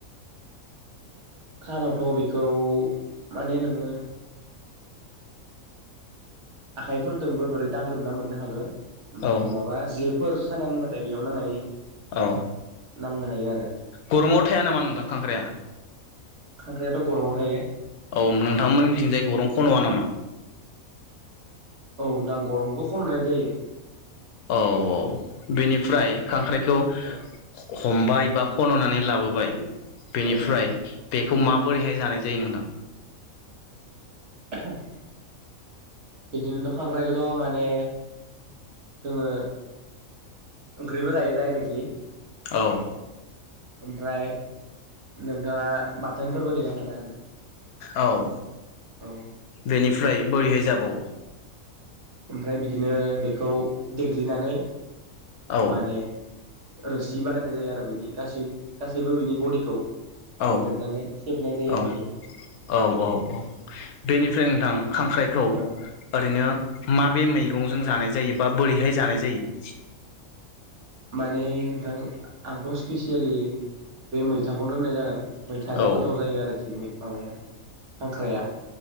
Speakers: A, on the right; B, on the left.
A: <inaudible> खानावथ' बेखौ माने नोङो आखाइफोरदोंबो बोरै दांग्रोमना मोननो हागोन ओमफाय
B: औ
A: नङाबा जेफोर खाना दोनबाथाय बेयाव नांनायनि
B: औ
A: नांनो हाया
B: गरंआव थाया नामा नोंथां खांख्राया
A: खांख्राइाथ' गरंआव थायो
B: औ नोंथांमोननिथिंजाय आरो खन'आ नामा
A: औ नोंथां गरंबो खननाय जायो
B: औ औ बेनिफ्राय खांख्राइखौ
A: औ
B: हमबाय बा खन'नानै लाबोबाय बेनिफ्राय
A: औ
B: बेखौ माबोरैहाय जानाय जायो नोंथां
A: <unintelligible> बिदिनोथ खांख्रायखौथ' माने जोङो ओंख्रिबो जायो डाइरेक्टलि
B: औ
A: ओमफ्राय नोंथाङा बाथोनफोरबो देना जानो हागोन
B: औव
A: औ
B: बेनिफ्राय बोरैहाय जाबावो।
A: ओमफ्राय बिदिनो बेखौ देग्लिनानै
B: औ
A: माने रोसि बानायनाय जायो आरो बेनि गासै गासैबो बिनि बडिखौ
B: औ
A: देख्रेबनानै सेबनाय जायो
B: औ
A: आरोखि
B: औ औ बेनिफ्राय नोंथां खांख्राइखौ
A: औ
B: ओरैनो मा बे मैगंजों जानाय जायो बा बोरैहाय जानाय जायो।
A: माने नोंथां आंथ' स्पेसियेलि बे मैथाखौनो होननाय जागोन। मैथाजों
B: औ
A: गोथाव जायो आरोखि माबाया हांख्राया